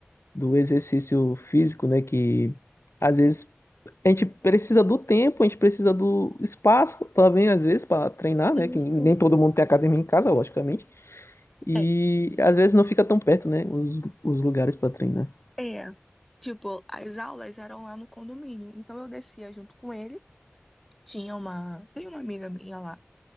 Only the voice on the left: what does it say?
do exercício físico, né? Que às vezes a gente precisa do tempo, a gente precisa do espaço também, às vezes, para treinar, né? Que
nem todo mundo tem academia em casa, logicamente. E
às vezes não fica tão perto, né? Os, os lugares para treinar.